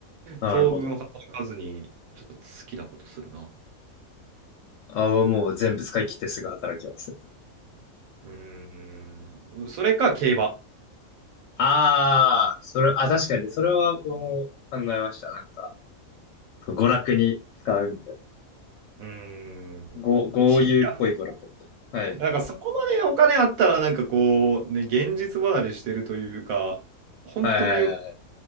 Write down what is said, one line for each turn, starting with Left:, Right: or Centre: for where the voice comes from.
Left: なるほど。
Right: 当分働かずに、ちょっと好きなことするな。
Left: あ、もう全部使い切ってすぐ働きますね。多分
Right: うーん、それか競馬。
Left: ああ、それ、あ、確かに、それはもう考えました。なんか、娯楽に使うみたいな。
Right: うーん、
Left: ご、豪遊っぽい娯楽みたいな。
Right: <laughs> いや
Left: はい。
Right: なんかそこまでお金あったら、なんかこう、ね、現実離れしてるというか、本当に
Left: はいはいはい。